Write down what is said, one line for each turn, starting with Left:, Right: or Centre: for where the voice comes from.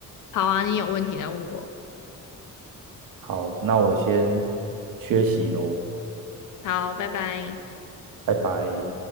Left: 好啊，你有问题来问我。
Right: 好，那我先缺席喽，
Left: 好，拜拜。
Right: 拜拜。